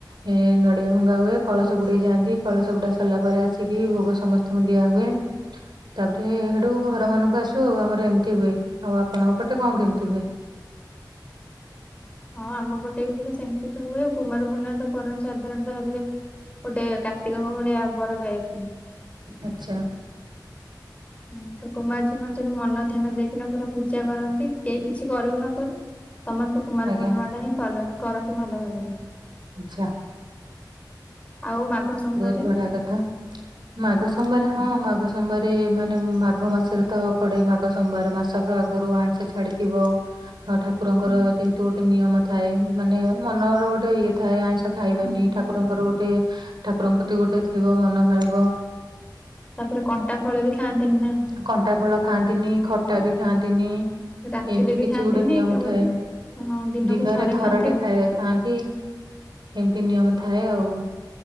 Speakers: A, on the right; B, on the left.
A: ଏ ନଡିଆ ଭଙ୍ଗା ହୁଏ, କଳସ ବୁଡେଇ ଯାଆନ୍ତି, କଳସ ବୁଡା ସିରିଲା ପରେ ଆସି ଇକି ଭୋଗ ସମସ୍ତିଙ୍କୁ ଦିଆ ହୁଏ। ତାପରେ ହେଟୁଟୁ ଘର ମାନଙ୍କୁ ଆସୁ ଆଉ, ଆମର ଏମିତି ହୁଏ, ଆଉ ଆପଣଙ୍କ ପଟେ କଣ କେମିତି ହୁଏ?
B: ହଁ ଆମ ପଟେ ପୁରା ସେମିତି ତ ହୁଏ, କୁମାରପୂର୍ଣ୍ଣିମା ତ କରନ୍ତି ସା ସାଧାରଣତଃ ଭାବରେ ଗୋଟେ କାର୍ତ୍ତିକଙ୍କ ଭଳିଆ ବର ପାଇବି।
A: ଆଚ୍ଛା।
B: ହୁଁ ତ କୁମାରୀ ଝିଅ ମାନେ ସେଟୁ ମନ ଧ୍ୟାନ ଦେଇକିନା ପୁରା ପୂ ପୂଜା କରନ୍ତି, କେହି କିଛି କରୁ କି ନ କରୁ ସମସ୍ତେ କୁମାରପୂର୍ଣ୍ଣିମା
A: ଆଜ୍ଞା
B: ଟା ହିଁ ପାଲ କରନ୍ତି ଭଲ ଭାବରେ।
A: ଆଚ୍ଛା।
B: ଆଉ ମାଘ ସୋମବାରେ
A: ବୋହୁତ୍ ବଢିଆ କଥା,
B: ହଁ
A: ମାଘ ସୋମବାରେ ହଁ ମାଘ ସୋମବାରେ ମାନେ ମାଘ ମାସରେ ତ ପଡେ ମାଘ ସୋମବାର, ମାସକ ଆଗରୁ ଆଇଁଷ ଛାଡିଥିବ ହଁ ଠାକୁରଙ୍କର
B: ହଁ
A: ଯେହେତୁ ଗୋଟେ ନିୟମ ଥାଏ, ମାନେ ମନର ଗୋଟେ ଇଏ ଥାଏ ଆଇଁ ଖାଇବାନି
B: ହଁ
A: ଠାକୁରଙ୍କର ଗୋଟେ ଠାକୁରଙ୍କ ପ୍ରତି ଗୋଟେ ଥିବ ମନଭାବ।
B: ତାପରେ କଣ୍ଟା ଫଳ ବି ଖାଆନ୍ତିନି ନା।
A: କଣ୍ଟା ଫଳ ଖାଆନ୍ତିନି ଖଟା ବି ଖାଆନ୍ତିନି
B: ରାତିରେ
A: ଏମିତି
B: ବି
A: କିଛି
B: ଖାଆନ୍ତିନି
A: ଗୋଟେ ନିୟମ
B: କେବଳ
A: ଥାଏ।
B: ହଁ ଦିନକୁ
A: ଦିନରେ
B: ଥରେ
A: ଥରଟେ
B: ଖାଆନ୍ତି ଆଉ।
A: ଖାଇବା ଖାଆନ୍ତି, ଏମିତି ନିୟମ ଥାଏ ଆଉ।